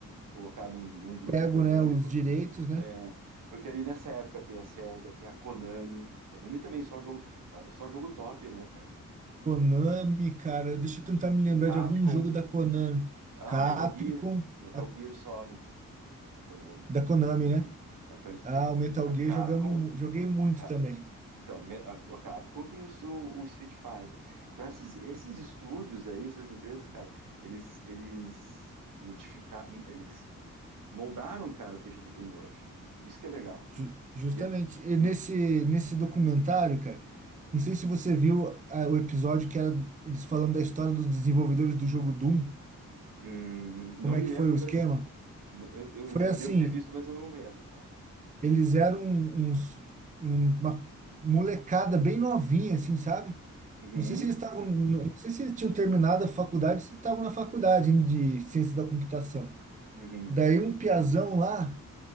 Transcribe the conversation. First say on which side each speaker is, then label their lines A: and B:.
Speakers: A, on the right; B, on the right.
A: colocado em algum grupo
B: Pego,
A: econômico
B: né, os direitos, né?
A: É, porque ali nessa época tem a SEGA, tem a Konami. Konami também só jogo, ah, só jogo top, né, cara?
B: Konami, cara, deixa eu tentar me lembrar
A: Capcom,
B: de algum jogo da Konami.
A: ah,
B: Capcom,
A: Metal Gear, Metal
B: a-
A: Gear Solid da Konami,
B: da Konami,
A: franqui-
B: né?
A: a franquia.
B: Ah, o Metal
A: A Capcom,
B: Gear jogamos, mu- joguei muito
A: Ca-
B: também.
A: então, me- a, a Capcom tem o, seu- o Street Fighter. Então, essas, esses estúdios aí, essas empresas, cara, eles, eles modificaram, eles moldaram, cara, o que a gente tem hoje. Isso que é legal.
B: Ju- justamente
A: E, é-
B: e
A: e
B: nesse,
A: é-
B: nesse documentário, cara. Não sei se você viu ah, o episódio que era eles falando da história dos desenvolvedores do jogo Doom.
A: hum,
B: Como
A: não me
B: é que
A: lembro,
B: foi o esquema?
A: mas Eu,
B: Foi
A: eu, eu
B: assim,
A: devo ter visto, mas eu não lembro, cara.
B: eles eram uns, um- uma molecada bem novinha, assim, sabe?
A: Uhum,
B: Não sei se eles estavam, não sei se eles tinham terminado a faculdade, se estavam na faculdade de ciência da computação.
A: uhum,
B: Daí um piazão lá